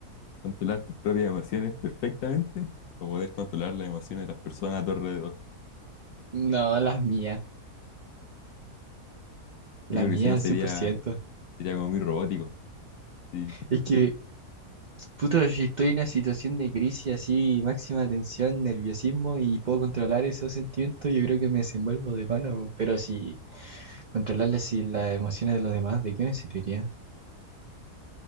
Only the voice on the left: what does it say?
¿Controlar tus propias emociones perfectamente o poder controlar las emociones de las personas a tu alrededor?
Sí, porque
si no sería,
sería como muy robótico. Sí.